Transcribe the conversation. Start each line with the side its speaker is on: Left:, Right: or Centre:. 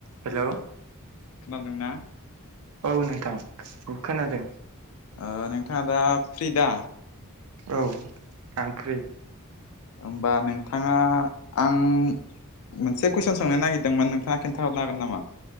Right: हेल'।
Left: खानादोंना?
Right: औ नोंथां खोनादों।
Left: ओ नोंथाङा दा फ्रि दा?
Right: औ आं फ्रि।
Left: होमबा नोंथाङा आं मोनसे कुइसन सोंनो नागिरदोंमोन नोंथाङा खिनथाहरनो हागोन नामा?